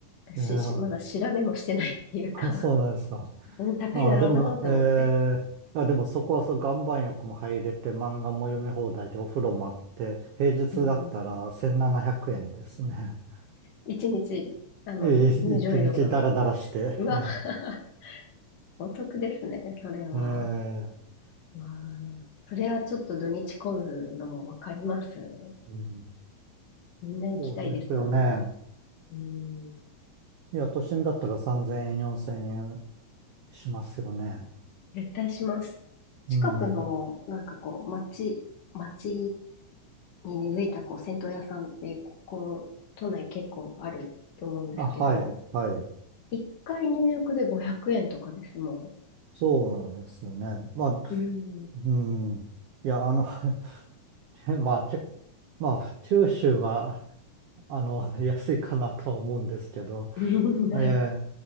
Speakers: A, on the left; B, on the right.
A: し、
B: いや、
A: し、まだ調べもしてないっていうか
B: あ、そうなんですか。
A: <laughs> うん、高いだろうなと思って。
B: あ、でも、ええあ、でもそこはそう、岩盤浴も入れて、漫画も読み放題で、お風呂もあって、平日だったら1700円ですね。
A: うん。一日、あの、
B: <laughs> ええ一日ダラダラして。
A: 入場料が。うわ
B: え
A: <laughs> お得ですね、それは。
B: えええ
A: うん。それはちょっと土日混むのもわかります。
B: うん、
A: みんな行きたいですよね。
B: そうですよね。
A: うん。
B: いや、都心だったら3000円、4000円しますよね。
A: 絶対します。近くの、
B: うん。
A: なんかこう、町、町に根付いたこう銭湯屋さんってこう都内結構あると思うんですけど、
B: あ、はい、はい。
A: 一回入浴で500円とかですも
B: そうですよね。まあ、
A: ん。うん。
B: うん。いや、あの、<laughs> まあ、結まあ、九州は、あの、安いかなとは思うんですけど、
A: <laughs> うんない。
B: え